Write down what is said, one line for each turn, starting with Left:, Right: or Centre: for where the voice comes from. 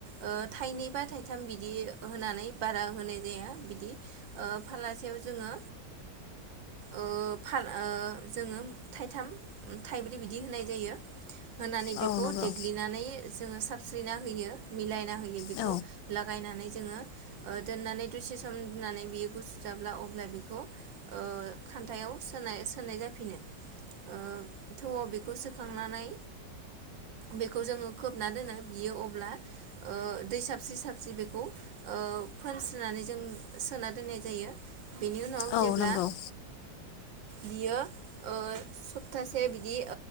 Right: ओ थाइनै बा थाइथाम बिदि होनानै बारा होनाय जाया बिदि फाल्लासेयाव जोङो ओ फाल ओ जोङो थाइथाम थाइब्रै बिदि होनाय जायो होनानै
Left: औ
Right: बेखौ
Left: नंगौ
Right: देग्लिनानै जो जोङो साबस्रिना होयो मिलायना होयो बिखौ
Left: औ
Right: लागायनानै जोङो ओ दोननानै दसे सम दोननानै बियो गुसु जाब्ला अब्ला बेखौ ओ खान्थायाव सोनाय सोनाय जाफिनो ओ थौआव बेखौ सोखांनानै बेखौ जोङो खोबना दोनो बियो अब्ला दै ओ साबस्रिरि साबस्रिरि बेखौ फोनस्रिनानै जों सोना दोननाय जायो। बेनि उनाव
Left: औ
Right: जेब्ला
Left: नंगौ
Right: बियो सप्तासे बिदि